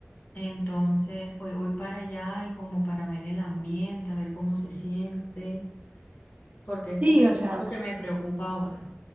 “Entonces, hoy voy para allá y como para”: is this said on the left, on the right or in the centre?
Left